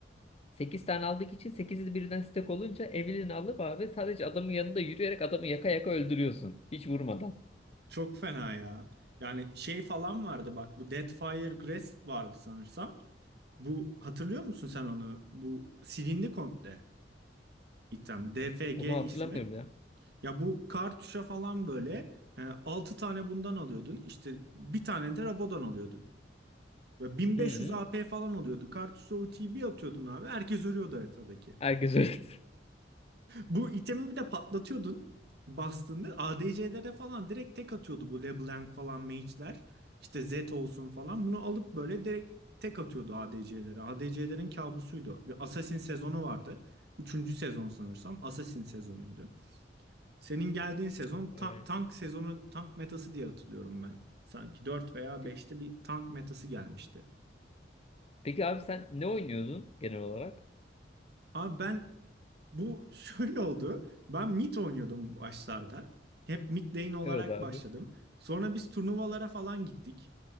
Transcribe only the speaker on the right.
Çok fena ya. Yani şey falan vardı bak bu Deathfire Grasp vardı sanırsam. Bu hatırlıyor musun sen onu? Bu silindi komple item. DFG
ismi.
Ya bu kartuşa falan böyle e, 6 tane bundan alıyordun. İşte bir tane de Rabo'dan alıyordun. Ve 1500
AP falan oluyordu. Kartuşa ultiyi bir atıyordun abi. Herkes ölüyordu haritadaki.
Bu itemi bir de patlatıyordun bastığında. ADC'lere falan direkt tek atıyordu bu LeBlanc falan mage'ler. İşte Zed olsun falan. Bunu alıp böyle direkt tek atıyordu ADC'lere. ADC'lerin kabusuydu. Bir Assassin sezonu vardı. Üçüncü sezon sanırsam Assassin sezonuydu. Senin geldiğin sezon
ta- tank sezonu tank metası diye hatırlıyorum ben. Sanki 4 veya
beşte bir tank metası gelmişti.
Abi ben Bu şöyle oldu. Ben mid oynuyordum başlarda. Hep mid lane olarak
başladım. Sonra biz turnuvalara falan gittik.